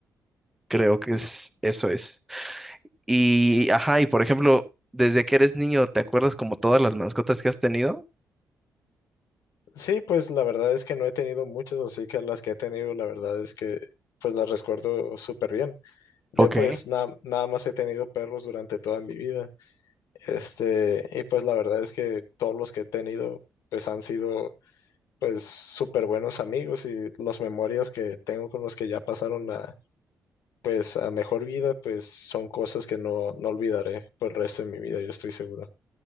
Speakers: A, in the centre; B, on the left.
A: Creo que es eso es. Y ajá, y por ejemplo, desde que eres niño, ¿te acuerdas como todas las mascotas que has tenido?
B: Sí, pues la verdad es que no he tenido muchas, así que las que he tenido, la verdad es que pues las recuerdo súper bien. Yo
A: Ok,
B: pues na- nada más he tenido perros durante toda mi vida. Este, y pues la verdad es que todos los que he tenido pues han sido pues súper buenos amigos y las memorias que tengo con los que ya pasaron a, pues a mejor vida, pues son cosas que no, no olvidaré por el resto de mi vida, yo estoy seguro.